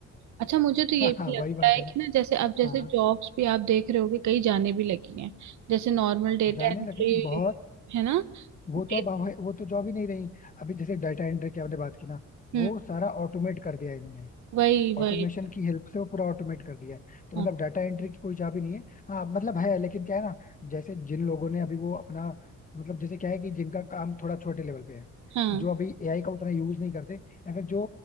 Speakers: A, on the right (about 70°); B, on the left (about 25°).
A: अच्छा मुझे तो
B: <laughs>
A: ये
B: हाँ हाँ
A: भी लगता
B: वही बात
A: है
B: है ना
A: कि ना जैसे अब जैसे
B: हाँ
A: जॉब्स भी आप देख रहे होगे कई जाने भी लगी हैं जैसे नॉर्मल डेटा
B: जाने
A: एंट्री
B: लगे हैं बहुत
A: है ना
B: वो
A: डे-
B: तो अब वो तो जॉब ही नहीं रही अभी जैसे डाटा एंट्री की आपने बात की ना
A: हम्म
B: वो सारा ऑटोमेट कर दिया इन्होंने
A: वही
B: ऑटोमेशन
A: वही
B: की हेल्प से वो पूरा ऑटोमेट कर दिया है तो
A: हाँ
B: मतलब डाटा एंट्री की कोई जॉब ही नहीं है हाँ मतलब है लेकिन क्या है ना जैसे जिन लोगों ने अभी वो अपना मतलब जैसे क्या है कि जिनका काम थोड़ा छोटे लेवल पे है
A: हाँ
B: जो अभी एआई का उतना यूज नहीं करते या फिर जो